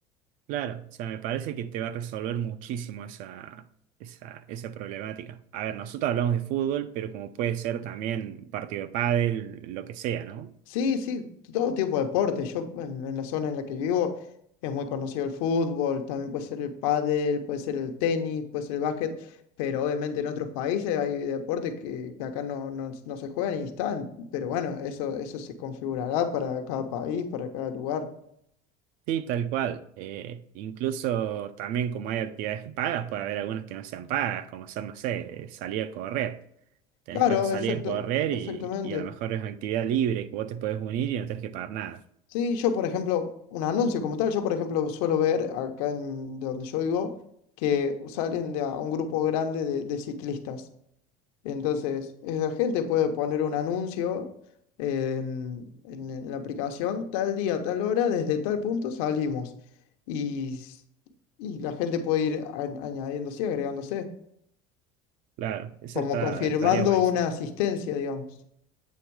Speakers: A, on the right; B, on the left.
A: Claro, o sea, me parece que te va a resolver muchísimo esa, esa, esa problemática. A ver, nosotros hablamos de fútbol, pero como puede ser también un partido de pádel, lo que sea, ¿no?
B: Sí, sí, todo tipo de deporte. Yo en, en la zona en la que vivo es muy conocido el fútbol, también puede ser el pádel, puede ser el tenis, puede ser el básquet, pero obviamente en otros países hay deportes que, que acá no, no, no se juegan y están, pero bueno, eso, eso se configurará para cada país, para cada lugar.
A: Sí, tal cual. Eh, incluso también como hay actividades pagas, puede haber algunas que no sean pagas, como hacer, no sé, eh, salir a correr. Tenés
B: Claro,
A: para salir
B: exacto,
A: a correr
B: exactamente.
A: y, y a lo mejor es actividad libre que vos te podés unir y no tenés que pagar nada.
B: Sí, yo por ejemplo, un anuncio como tal, yo por ejemplo suelo ver acá en, de donde yo vivo que salen de a un grupo grande de de ciclistas. Entonces, esa gente puede poner un anuncio en, en- en la aplicación, tal día, tal hora, desde tal punto salimos. Y, s- y la gente puede ir a- añadiéndose, agregándose,
A: Claro, eso
B: como
A: está,
B: confirmando
A: estaría buenísimo.
B: una asistencia, digamos.